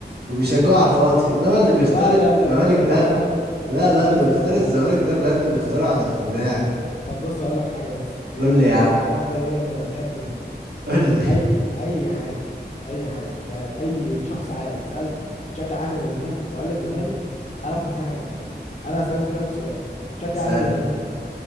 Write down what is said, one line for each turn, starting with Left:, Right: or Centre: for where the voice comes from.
Right: وبيشجعوا
Left: طب
Right: على
Left: ما
Right: الفاضي انما اللي بيختار
Left: لا
Right: الزمالك
Left: لا لا لا
Right: ده
Left: اوعى اوعى تقول كده
Right: لا لا
Left: بص
Right: اللي بيختار
Left: يا ابني
Right: الزمالك
Left: بص
Right: ده بجد بيختاره عن اقتناع
Left: طب بص اقول لك حاجة بس ايه
Right: قول
Left: عشان
Right: لي يا
Left: موضوع
Right: عم
Left: اقتناع ده ايه انا تعبت منه
Right: قول لي <laughs>
Left: اي اي حاجة اي حاجة يعني اي شخص عاقل سألته بت- بتشجع اهلي ولا زمالك وقال لك زمالك اعرف ان في حاجة في دماغه انا هسألك دلوقتي سؤال بتشجع
Right: اسألني
Left: اهلي ولا زمالك